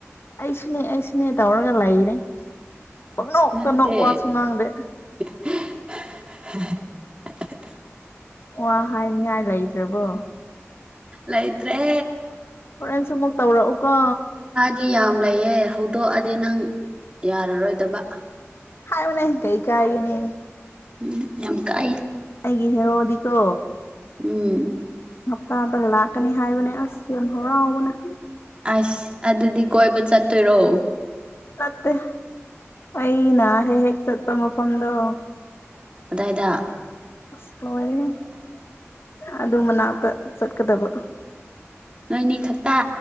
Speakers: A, on the left; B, on the right.
A: ꯑꯩꯁꯨꯅꯦ-ꯑꯩꯁꯨꯅꯦ ꯇꯧꯔꯒ ꯂꯩꯔꯦ꯫ ꯄꯪꯅꯣꯛꯇ
B: ꯅꯠꯇꯦ
A: ꯀꯅꯣ ꯋꯥꯁꯨ ꯉꯥꯡꯗꯦ꯫
B: <unintelligible>
A: ꯑꯣ ꯋꯥ ꯍꯥꯏ ꯅꯤꯉꯥꯏ ꯂꯩꯇ꯭ꯔꯕꯣ꯫
B: ꯂꯩꯇ꯭ꯔꯦ
A: ꯍꯣꯔꯦꯟꯁꯨ ꯃꯨꯛ ꯇꯧꯔꯛꯎꯀꯣ꯫
B: ꯁꯤ ꯌꯥꯝ ꯂꯩꯌꯦ ꯍꯧꯗꯣꯛꯑꯗꯤ ꯅꯪ ꯌꯥꯔꯔꯣꯏꯗꯕ꯫
A: ꯍꯥꯏꯑꫭꯅꯦ ꯀꯩ ꯀꯥꯏꯒꯦꯅꯦ꯫
B: ꯎꯝ ꯌꯥꯝ ꯀꯥꯏ꯫
A: ꯒꯤ ꯍꯦꯔꫭꯗꯤꯀꯣ
B: ꯎꯝ
A: ꯇꯥꯗ ꯂꯥꯛꯀꯅꯤ ꯍꯥꯏꯕꯅꯦ ꯑꯁ ꯌꯥꯝ ꯍꯔꯥꯎꯕꯅꯦ꯫
B: ꯑꯁ ꯑꯗꯨꯗꯤ ꯀꯣꯏꯕ ꯆꯠꯇꯣꯏꯔꯣ꯫
A: ꯅꯠꯇꯦ ꯑꯩꯅ ꯍꯦꯛ-ꯍꯦꯛ ꯆꯠꯄ ꯃꯐꯝꯗꯣ꯫
B: ꯑꯗꯥꯏꯗꯥ꯫
A: ꯑꯁ ꯂꯣꯏꯔꯦꯍꯦ ꯑꯗꯨ ꯃꯅꯥꯛꯇ ꯆꯠꯀꯗꯕ꯫
B: ꯅꯣꯏꯅꯤ ꯈꯛꯇ